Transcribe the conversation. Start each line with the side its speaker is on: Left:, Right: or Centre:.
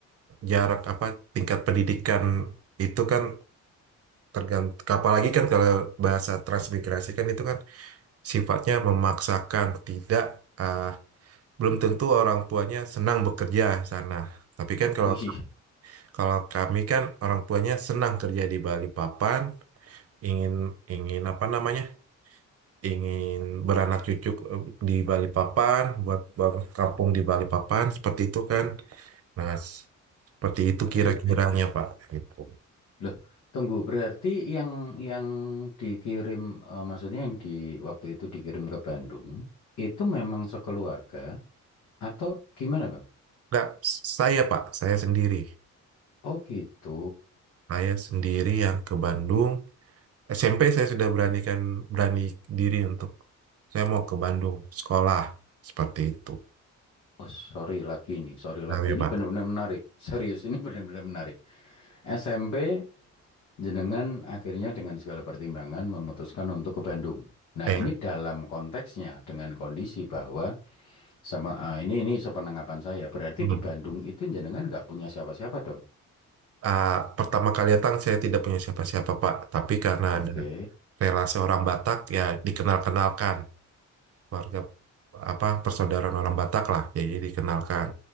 Right: jarak apa tingkat pendidikan itu kan tergantung apalagi kan kalau bahasa transmigrasi kan itu kan sifatnya memaksakan tidak eh, belum tentu orang tuanya senang bekerja sana tapi kan kalau
Left: <laughs>
Right: kalau kami kan orang tuanya senang kerja di Bali Papan ingin ingin apa namanya ingin beranak cucu eh, di Bali Papan buat buat kampung di Bali Papan seperti itu kan Nah, s- seperti itu kira-kiranya,
Left: Iya. <clears throat>
Right: Pak. Gitu.
Left: Loh, tunggu berarti yang yang dikirim eh, maksudnya yang di waktu itu dikirim ke Bandung itu memang sekeluarga atau gimana, Bang?
Right: Enggak, saya, Pak, saya sendiri.
Left: Oh, gitu.
Right: Saya sendiri yang ke Bandung. SMP saya sudah beranikan berani diri untuk saya mau ke Bandung sekolah seperti itu.
Left: Oh, sorry lagi ini, sorry
Right: Nah,
Left: lagi
Right: ya, Pak.
Left: ini benar-benar menarik. <laughs> Serius ini benar-benar menarik. SMP jenengan akhirnya dengan segala pertimbangan memutuskan untuk ke Bandung. Nah,
Right: Eh,
Left: ini dalam konteksnya dengan kondisi bahwa sama ah, ini ini sepenangkapan saya berarti
Right: hmm.
Left: di Bandung itu jenengan nggak punya siapa-siapa dong.
Right: Ah, pertama kali datang saya tidak punya siapa-siapa, Pak. Tapi karena
Left: Oke,
Right: ada relasi orang Batak ya dikenal-kenalkan keluarga apa persaudaraan orang Batak lah. ya, Jadi dikenalkan.